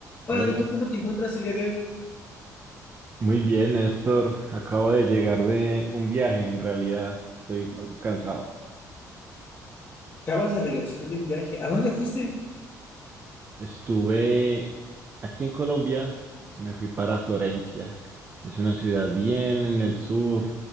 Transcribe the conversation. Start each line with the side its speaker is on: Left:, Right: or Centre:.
Left: Hola
Right: Hola,
Left: Nico,
Right: Ne-
Left: ¿cómo te encuentras el día de hoy?
Right: muy bien, Néstor. Acabo de llegar de un viaje, en realidad estoy algo cansado.
Left: Acabas de regresar de un viaje. ¿A dónde fuiste?
Right: Estuve aquí en Colombia, me fui para Florencia. Es una ciudad bien en el sur,